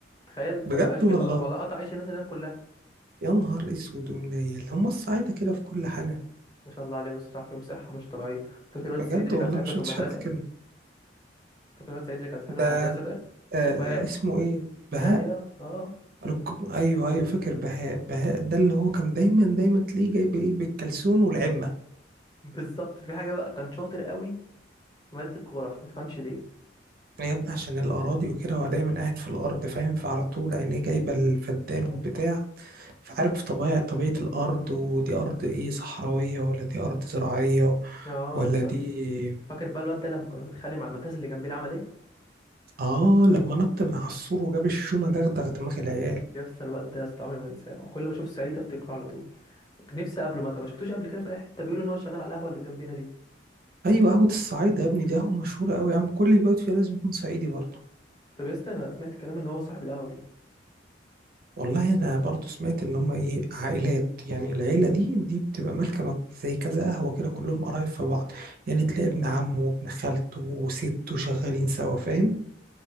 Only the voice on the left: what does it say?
تخيل فبقاش
في
خ... والله قطع عيش الناس اللي هناك كلها
ما شاء الله عليه بس بتاع فيهم صحه مش طبيعيه فاكر الواد
الصعيدي اللي
كان صاحبنا
في المدرسه
فاكر الواد الصعيدي اللي كان صاحبنا
في المدرسه ده اللي
اسمه بهاء
بهاء
يا اه
بالظبط في حاجه بقى كان شاطر قوي في ماده الجغرافيا ما تفهمش ليه
اه
بالظبط
فاكر بقى الواد ده لما كنا بنتخانق مع المدرسه اللي جنبنا عمل ايه
يس الواد ده يا اسطى عمري ما انساه وكل ما اشوف سعيد افتكره على طول نفسي اقابله ما ما شفتوش قبل كده في اي حته بيقولوا ان هو شغال على القهوه اللي جنبنا دي
طب يا اسطى انا سمعت كلام ان هو صاحب القهوه دي